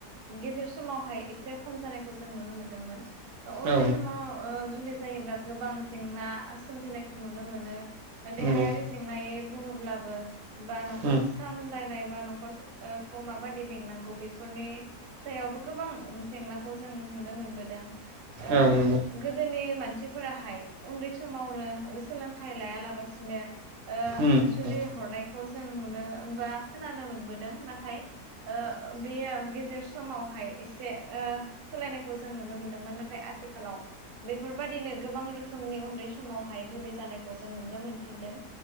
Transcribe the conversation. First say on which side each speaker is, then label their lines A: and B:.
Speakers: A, on the right; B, on the right.
A: गेजेर समावहाय एसे खम जानायखौ जों नुनो मोनदोंमोन ओ उन्दै
B: औ
A: समाव ओ जुलि जायोब्ला गोबां जेंना सोमजिनायखौ नुनो मोनो
B: नंगौ
A: देहायारि जेंनायै बुङोब्लाबो बा न'खर
B: उम
A: सामलायनाय बा न'खर ओ खौ माबादि बेंनांगौ बेफोरनि सायावबो गोबां जेंनाखौ जों नुनो मोनबोदों। ओ
B: औ नंगौ
A: गोदोनि मानसि फोराहाय उन्दै समावनो ओ सोलोंथाइ लायालाबसिनो ओ
B: उम नंगौ
A: जुलि हरनायखौ जों नुनो बा खोनानो मोनबोदों नाथाय ओ बेयो गेजेर समावहाय एसे ओ सोलायनायखौ जों नुनो मोनदोंमोन नाथाय आथिखालाव बेफोरबायदिनो गोबां रो खोमनि उन्दै समावहाय जुलि जानायखौ जों नुनो मोनफिनदों